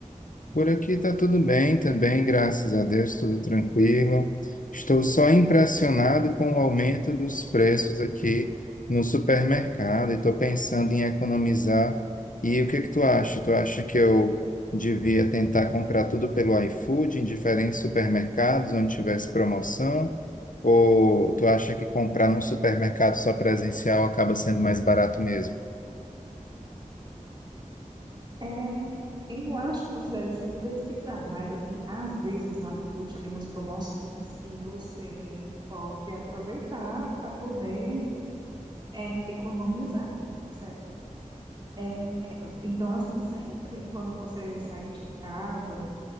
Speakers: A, on the left; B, on the right.
A: Por aqui está tudo bem também, graças a Deus, tudo tranquilo. Estou só impressionado com o aumento dos preços aqui no supermercado e estou pensando em economizar. E o que é que tu acha? Tu acha que eu devia tentar comprar tudo pelo iFood em diferentes supermercados onde tivesse promoção? Ou tu acha que comprar num supermercado só presencial acaba sendo mais barato mesmo?
B: É, eu acho que você deve sempre pesquisar, mas assim, às vezes no iFood tem umas promoções e você pode aproveitar para poder é, economizar, certo? É, então, assim, sempre quando você sair de casa,